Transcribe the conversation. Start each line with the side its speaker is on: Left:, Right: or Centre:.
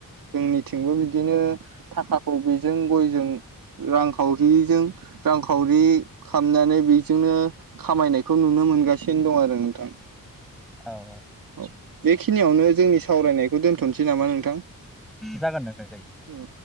Right: जोंनिथिंबो बिदिनो थाखाखौ बेजों गयजों रांखावरिजों रांखावरि खामनानै बिजोंनो खामायनायखौ नुनो मोनगासिनो दं आरो नोंथां।
Centre: औ औ
Right: औ बेखिनियावनो जोंनि सावरायनायखौ दोनथ'सै नामा नोंथां?
Centre: जागोन नोंथां जायो
Right: ओ